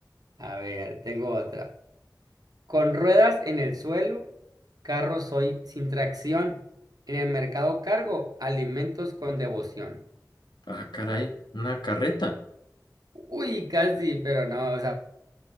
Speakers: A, on the right; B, on the left.
A: A ver, tengo otra. Con ruedas en el suelo, carro soy sin tracción. En el mercado cargo alimentos con devoción.
B: Ah, caray, una carreta.
A: Uy, casi, pero no, o sea,